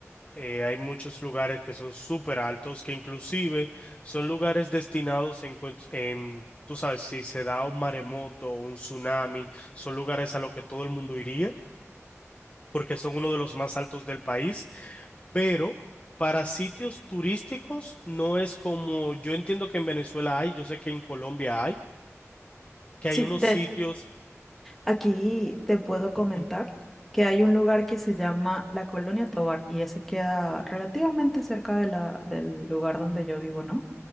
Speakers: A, on the left; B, in the centre.
A: Eh, hay muchos lugares que son súper altos, que inclusive son lugares destinados en, cuen- en, tú sabes, si se da un maremoto o un tsunami, son lugares a los que todo el mundo iría, porque son uno de los más altos del país, pero para sitios turísticos no es como, yo entiendo que en Venezuela hay, yo sé que en Colombia hay, que
B: Sí,
A: hay unos
B: de
A: sitios,
B: hecho, aquí te puedo comentar
A: Ujú,
B: que hay un lugar que se llama La Colonia Tovar y ese queda relativamente cerca de la, del lugar donde yo vivo, ¿no?